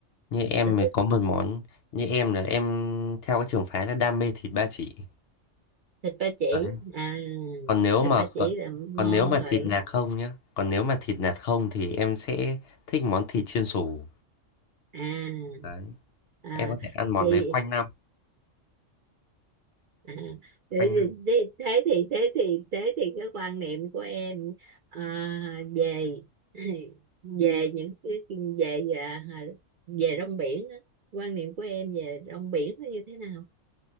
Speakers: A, on the left; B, on the right.
A: như em
B: sở
A: mới
B: thích
A: có một món như em là em theo cái trường phái là đam mê thịt ba chỉ
B: thịt ba chỉ
A: đấy
B: à
A: còn nếu
B: thịt
A: mà
B: ba chỉ
A: còn,
B: là ngon
A: còn nếu mà
B: rồi
A: thịt nạc không nhá còn nếu mà thịt nạc không thì em sẽ thích món thịt chiên xù
B: à
A: đấy
B: à
A: em có thể ăn món
B: vậy
A: đấy quanh năm
B: À, thế,
A: quanh
B: thì- thế thì thế thì thế thì cái quan niệm của em à, về <clears throat> về những cái về về về rong biển á, quan niệm của em về rong biển nó như thế nào?